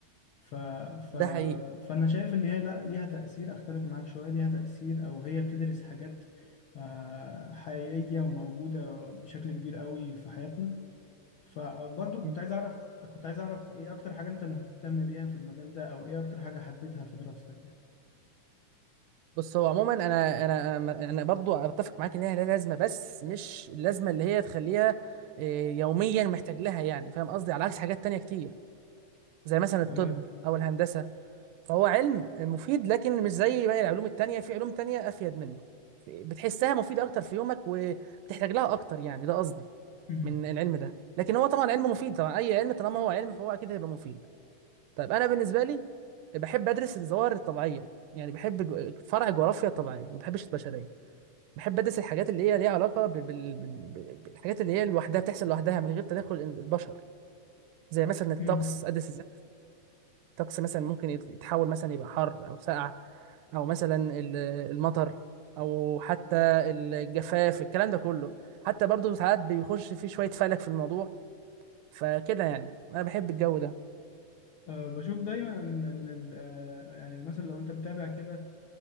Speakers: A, on the left; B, on the right.
A: ف... ف...
B: ده حقيقي
A: فأنا شايف إن هي لأ ليها تأثير أختلف معاك شوية ليها تأثير أو هي بتدرس حاجات آه، حقيقية وموجودة بشكل كبير قوي في حياتنا فبرضو
B: مم.
A: كنت عايز اعرف كنت عايز اعرف ايه اكتر حاجة انت مهتم بيها في المجال ده او ايه اكتر حاجة حبيتها في دراستك يعني
B: بص هو عموما انا انا انا أنا برضو اتفق معاك ان هي لها لازمه بس مش اللازمه اللي هي تخليها آه، يوميا محتاج لها يعني فاهم قصدي على عكس حاجات تانية كتير زي مثلا الطب
A: تمام
B: او الهندسه فهو علم مفيد لكن مش زي باقي العلوم التانية في علوم تانية أفيد منه في- بتحسها مفيدة أكتر في يومك وبتحتاج لها أكتر يعني ده قصدي
A: مم.
B: من العلم ده لكن هو طبعا علم مفيد طبعا أي علم طالما هو علم فهو أكيد هيبقى مفيد طيب أنا بالنسبة لي بحب أدرس الظواهر الطبيعية يعني بحب جو- فرع الجغرافيا الطبيعية ما بحبش البشرية بحب أدرس الحاجات اللي هي ليها علاقة بال... بال... بال... بالحاجات اللي هي لوحدها بتحصل لوحدها من غير تدخل البشر زي مثلا الطقس
A: مم.
B: أدرس الطقس مثلا ممكن يت- يتحول مثلا يبقى حر او ساقع او مثلا ال- المطر او حتى الجفاف الكلام ده كله حتى برضو ساعات بيخش فيه شوية فلك في الموضوع فكده يعني انا بحب الجو ده
A: أه بشوف دايما ان ان ال- آه، يعني مثلا لو انت متابع كده